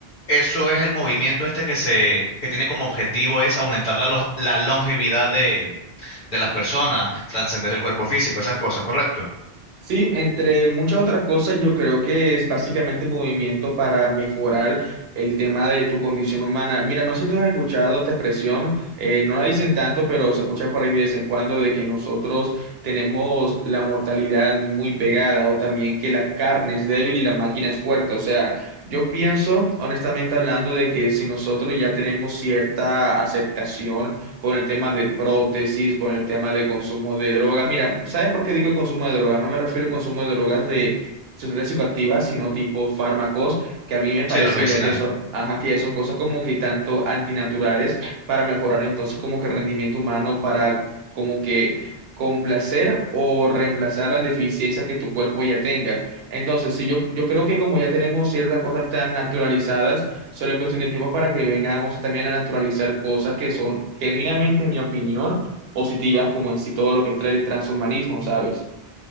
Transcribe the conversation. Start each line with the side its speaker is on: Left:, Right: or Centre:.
Left: eso es el movimiento este que se, que tiene como objetivo es aumentar la, lo- la longevidad de, de las personas, trascender el cuerpo físico, esas cosas, ¿correcto?
Right: Sí, entre muchas otras cosas, yo creo que es básicamente movimiento para mejorar el tema de tu condición humana. Mira, no sé si tú has escuchado esta expresión, eh, no la dicen tanto, pero se escucha por ahí de vez en cuando de que nosotros tenemos la mortalidad muy pegada o también que la carne es débil y la máquina es fuerte. O sea, yo pienso, honestamente hablando, de que si nosotros ya tenemos cierta aceptación, con el tema de prótesis, con el tema de consumo de droga. Mira, ¿sabes por qué digo el consumo de droga? No me refiero al consumo de drogas de sustancias psicoactivas, sino tipo fármacos, que a mí me parece
Left: Sí, los medicinales.
Right: ya que son, ajá, que ya son cosas como que tanto antinaturales para mejorar entonces como que el rendimiento humano, para como que complacer o reemplazar las deficiencias que tu cuerpo ya tenga. Entonces, si yo, yo creo que como ya tenemos ciertas cosas tan naturalizadas, Solo es cuestión de tiempo para que vengamos también a naturalizar cosas que son genuinamente, en mi opinión, positivas, como en sí todo lo que trae el transhumanismo, ¿sabes?